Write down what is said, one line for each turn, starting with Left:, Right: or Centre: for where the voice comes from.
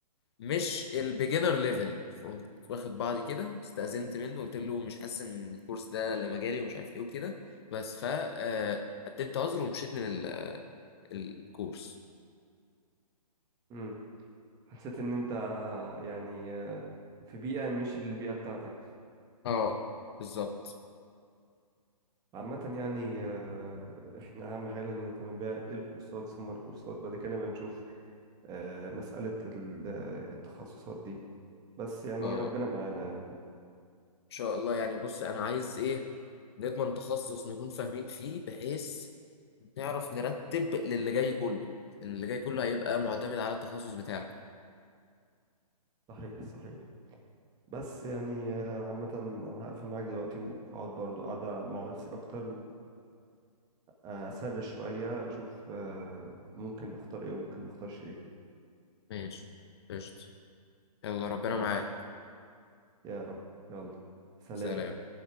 Left: مش البيجنر ليفل فقمت واخد بعضي كده استأذنت منه قلت له مش حاسس ان الكورس ده اللي مجالي ومش عارف ايه وكده بس ف آه، قدمت عذر ومشيت من ال- الكورس
Right: مم. حسيت إن أنت يعني آه، في بيئة مش البيئة بتاعتك
Left: اه بالظبط
Right: عامة يعني آه، احنا أهم حاجة لازم نهتم بيها الكورسات ثم الكورسات بعد كده نبقى نشوف آه، مسألة ال- آه، التخصصات دي بس يعني
Left: اه
Right: ربنا معانا يعني
Left: شاء الله يعني بص انا عايز ايه نضمن تخصص نكون فاهمين فيه بحيث نعرف نرتب للي جاي كله لأن اللي جاي كله هيبقى معتمد على التخصص بتاعك
Right: صحيح صحيح بس يعني آه، عامة أنا هقفل معاك دلوقتي وهقعد برضو قاعدة مع نفسي أكتر وأسر شوية وأشوف آه، ممكن أختار إيه وممكن مختارش إيه
Left: ماشي قشطة يلا ربنا
Right: ماشي
Left: معاك
Right: يا رب يلا سلام
Left: سلام